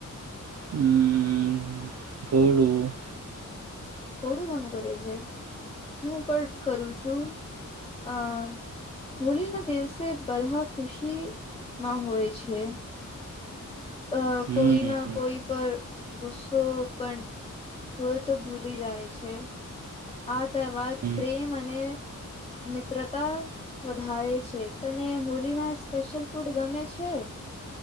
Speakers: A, on the right; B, on the left.
A: હમ બોળું
B: થોડું ઘણું કરે છે હું પણ કરું છું અ હોલી ના દિવસે બધા ખુશીમાં હોય છે અ
A: હમ
B: કોઈ ના
A: હમ
B: કોઈ પર ગુસ્સો પણ હોય તો ભૂલી જાય છે હા માં
A: હમ
B: પ્રેમ અને મિત્રતા વધારે છે તને હોલી ના સ્પેશિયલ ફૂડ ગમે છે